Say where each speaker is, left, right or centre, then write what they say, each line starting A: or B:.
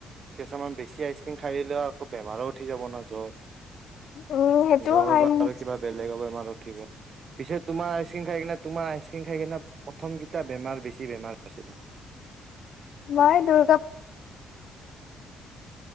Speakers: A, on the right (about 50°); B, on the left (about 65°).
A: কিছুমান বেছি আইচ ক্ৰীম খাইদিলেও আকৌ বেমাৰো উঠি যাব না জ্বৰ
B: উম সেইটো
A: জ্বৰ
B: হয়
A: বা আৰু কিবা বেলেগ বেমা জ্বৰ উঠি পিছে তোমাৰ আইচক্ৰীম খাই কিনে তোমাৰা আইচক্ৰীম সেই কাৰনে প্ৰথমকেইটা বেমাৰ বেছি বেমাৰ হৈছিলে
B: মানে দুৰ্গা